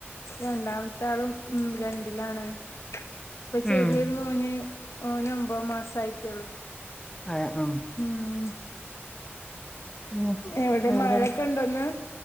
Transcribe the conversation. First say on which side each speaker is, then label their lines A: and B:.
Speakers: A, on the left (about 80°); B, on the left (about 15°).
A: രണ്ടാമത്തെ ആളും ഉ രണ്ടിലാണ്. ഇപ്പൊ ചെറിയൊരു
B: ഉം
A: മോന് ഓന് ഒമ്പത് മാസായിട്ടേ ഒള്ളു.
B: അതെ ആഹ്
A: മ്
B: ഓ
A: എവിടെ
B: വേറെ
A: മഴൊക്കെ ഉണ്ടോന്ന്